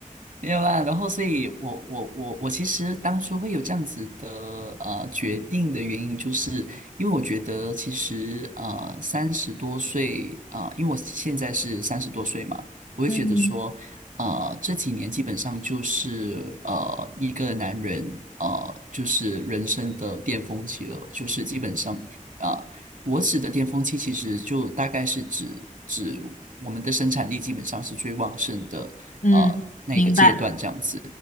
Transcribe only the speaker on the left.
嗯，
嗯，明白，